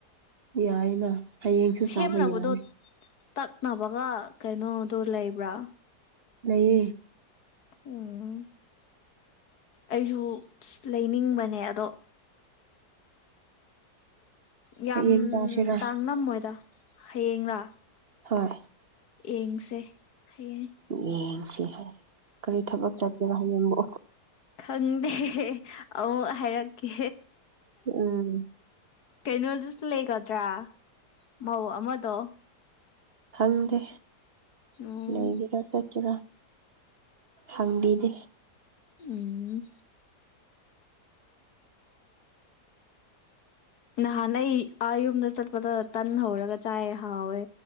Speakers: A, on the right; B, on the left.
A: ꯌꯥꯏꯅ ꯍꯌꯦꯡꯁꯨ
B: ꯁꯦꯝꯅꯕꯗꯣ
A: ꯆꯥꯕ ꯌꯥꯏ
B: ꯇꯛꯅꯕꯒ ꯀꯩꯅꯣꯗꯣ ꯂꯩꯕ꯭ꯔꯥ
A: ꯂꯩꯌꯦ
B: ꯎꯝ ꯑꯩꯁꯨ ꯂꯩꯅꯤꯡꯕꯅꯦ ꯑꯗꯣ ꯌꯥꯝ
A: ꯍꯌꯦꯡ ꯆꯥꯁꯤꯔꯥ
B: ꯇꯥꯡ ꯅꯝꯃꯣꯏꯗ ꯍꯌꯦꯡꯔꯥ
A: ꯍꯣꯏ
B: ꯌꯦꯡꯁꯦ ꯍꯌꯦꯡ
A: ꯌꯦꯡꯁꯤ ꯍꯥꯏ ꯀꯔꯤ ꯊꯕꯛ ꯆꯠꯀꯦꯅ ꯍꯥꯏꯌꯦꯡꯕꯣ
B: ꯈꯪꯗ ꯑꯃꯨꯛ ꯍꯥꯏꯔꯛꯀꯦ
A: ꯎꯝ
B: ꯀꯩꯅꯣꯗꯨꯁꯨ ꯂꯩꯒꯗ꯭ꯔꯥ ꯃꯧ ꯑꯃꯗꯣ
A: ꯈꯪꯗꯦ
B: ꯎꯝ
A: ꯂꯩꯕꯤꯔꯥ ꯆꯠꯀꯦꯔꯥ ꯍꯪꯕꯤꯗꯤ
B: ꯎꯝ ꯅꯍꯥꯟ ꯅ ꯑꯩ ꯑꯥ ꯌꯨꯝꯗ ꯆꯠꯄꯗ ꯇꯟ ꯍꯧꯔꯒ ꯆꯥꯏ ꯍꯥꯎꯋꯦ